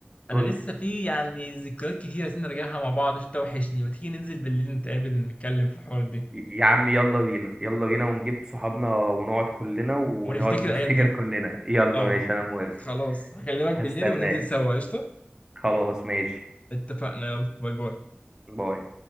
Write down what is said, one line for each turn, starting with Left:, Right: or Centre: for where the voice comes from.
Left: انا
Right: قول
Left: لسه في يعني ذكريات كتير عايزين نرجعها مع بعض عشان توحشني ما تيجي ننزل بالليل نتقابل نتكلم في الحوارات دي
Right: يا عم يلا بينا يلا بينا ونجيب صحابنا ونقعد كلنا ونقعد
Left: ونفتكر
Right: <laughs> نفتكر
Left: الايام دي
Right: كلنا يلا
Left: اه
Right: ماشي انا موافق
Left: خلاص هكلمك
Right: هستناك
Left: بالليل وننزل سوا قشطه
Right: خلاص ماشي
Left: اتفقنا يلا باي باي
Right: باي